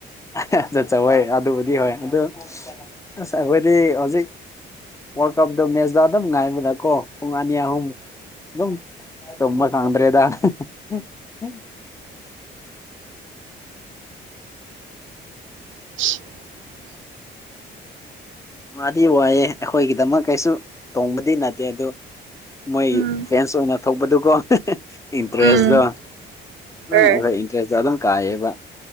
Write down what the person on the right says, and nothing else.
<inaudible>
ꯎꯝ
ꯎꯝ
ꯍꯔ